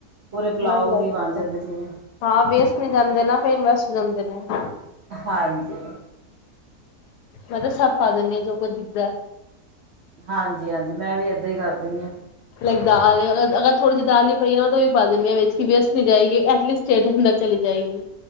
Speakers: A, on the right; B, on the left.
A: ਪੂਰੇ ਪੁਲਾਓ
B: ਮੈਂ ਵੀ <unintelligible>
A: ਜੀ ਬਣ ਜਾਂਦੇ ਜਿਵੇਂ
B: ਹਾਂ ਵੇਸਟ ਨਹੀਂ ਜਾਂਦੇ ਨਾ ਫਿਰ ਵੈਸ ਹੋ ਜਾਂਦੇ। <unintelligible>
A: ਹਾਂਜੀ,
B: ਮੈਂ ਤਾਂ ਸੱਭ ਪਾ ਦੇਂਨੀ ਹਾਂ ਜੋ ਕੁੱਝ ਦਿਖਦਾ।
A: ਹਾਂਜੀ-ਹਾਂਜੀ, ਮੈਂ ਵੀ ਇੱਦਾਂ ਹੀ ਕਰਦੀ ਆ।
B: ਲਾਈਕ ਦਾਲ ਏ ਅਗਰ-ਅਗਰ, ਥੋੜੀ ਜੇਹੀ ਦਾਲ ਵੀ ਪਈ ਏ, ਉਹਦਾ ਵੀ ਪਾ ਦੇਂਨੀ ਹਾਂ ਵਿੱਚ ਕਿ ਵੇਸਟ ਨਹੀਂ ਜਾਏਗੀ, ਐਟਲੀਸਟ ਢਿਡ ਅੰਦਰ ਚਲੀ ਜਾਏਗੀ।